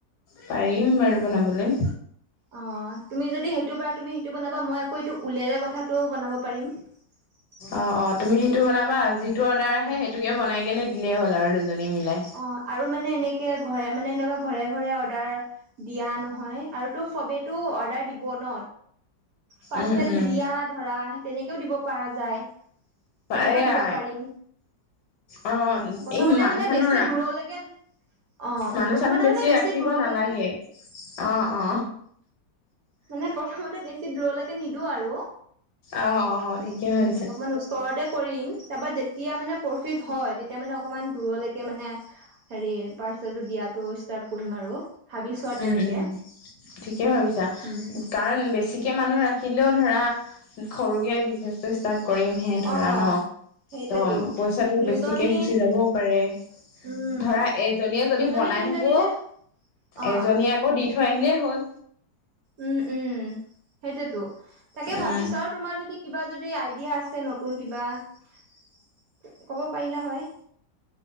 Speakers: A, on the left; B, on the right.
A: পাৰিম বাৰু বনাবলৈ।
B: অ তুমি যদি সেইটো পৰা তুমি সেইটো বনাবা মই আকৌ এইটো উলেৰে কথাটো বনাব পাৰিম। <unintelligible>
A: অ অ তুমি সেইটো বনাবা যিটো অৰ্ডাৰ
B: উম,
A: আহে সেইটোকে বনাই কেনে দিলেই হ'ল আৰু। দুজনী মিলাই
B: অ আৰু মানে এনেকে আ। ঘৰে মানে এনেকুৱা ঘৰে ঘৰে অৰ্ডাৰ দিয়া নহয় আৰুতো সবেতো অৰ্ডাৰ দিব ন। পাৰ্চেল
A: উম উম
B: দিয়া ধৰা তেনেকেও দিব পৰা যায়। তেনেকৈও
A: এয়া
B: দিব পাৰিম
A: অ
B: উম প্ৰথমতে
A: এই মানুহ
B: মানে
A: চানুহ
B: বেছি। বেছি
A: ৰা
B: দূৰলৈকে অ
A: মানুহ
B: প্ৰথমতে
A: চানুহ
B: মানে বেছি
A: ৰাখিব
B: দূৰলৈকে।
A: নালাগে অ অ।
B: মানে প্ৰথমতে বেছি দূৰলৈকে নিদো আৰু।
A: অ অ
B: ওচৰতে
A: ঠিকে ভাবিছা
B: কৰিম তাৰ যেতিয়া মানে প্ৰফিট হয়। এতিয়া মানে অকণমান দূৰলৈকে মানে হেৰি পাৰ্চেলটো দিয়াটো ষ্টাৰ্ট কৰিম আৰু। ভাবিছো আৰু তেনেকে
A: উম উম ঠিকেই ভাবিছা
B: উম
A: কাৰণ বেছিকে মানুহ ৰাখি। থাকিলেও ধৰা সৰুকে বিজনেচটো ষ্টাৰ্ট কৰিমহে ধৰা
B: অ
A: ন।
B: সেইটোৱেতো
A: ত পইচাটো
B: দুজনী
A: বেছিকে গুচি যাবও পাৰে।
B: উম
A: ধৰা এজনীয়ে যদি
B: দুজনী
A: বনাই
B: তিনিজনীতে
A: থাকো।
B: অ
A: এজনীয়ে আকৌ দি থৈ আহিলেই হ'ল।
B: উম উম সেইটোৱেতো তাকে ভাবিছো
A: উম
B: আৰু তোমাৰ যদি কিবা যদি আইডিয়া আছে। নতুন কিবা ক'ব পাৰিলে হয়।